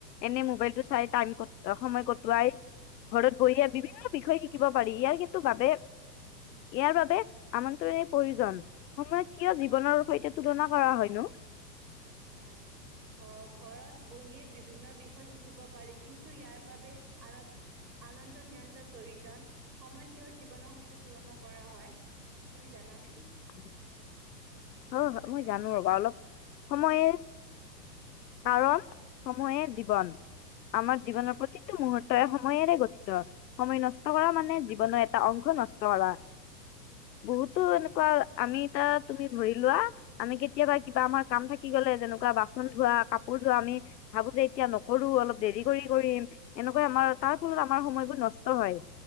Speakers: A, on the left (about 80°); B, on the right (about 85°).
A: এনেই মোবাইলটো চাই টাইম সময় কটোৱাই। ঘৰত বহি বিভিন্ন বিষয় শিকিব পাৰি ইয়াৰ কিন্তু বাবে ইয়াৰ বাবে আমন্ত্ৰণে প্ৰয়োজন। সময় কিয় জীৱনৰ সৈতে তুলনা কৰা হয়নো?
B: হয়। আহ, ঘৰত বহিয়ে বিভিন্ন বিষয় শিকিব পাৰি কিন্তু ইয়াৰ বাবে আন আনন্ত নিয়ন্তৰ প্ৰয়োজন সময় কিয় জীৱনৰ সতে তুলনা কৰা হয়। তুমি জানা নে?
A: <inaudible> হয়, হয় মই জানোঁ ৰ'বা অলপ সময়ে কাৰণ সময়ে জীৱন। আমাৰ জীৱনৰ প্ৰতিটো মুহুৰ্ত এ সময়েৰে গঠিত। সময় নষ্ট কৰা মানে জীৱনৰ এটা অংশ নষ্ট কৰা। বহুতো এনেকুৱা আমি এটা তুমি ধৰি লোৱা। আমি কেতিয়াবা কিবা আমাৰ কাম থাকি গলে যেনেকুৱা বাচন ধোৱা কাপোৰ ধোৱা আমি ভাবো যে এতিয়া নকৰো অলপ দেৰি কৰি কৰিম এনেকৈ আমাৰ তাৰ ফলত আমাৰ সময়বোৰ নষ্ট হয়।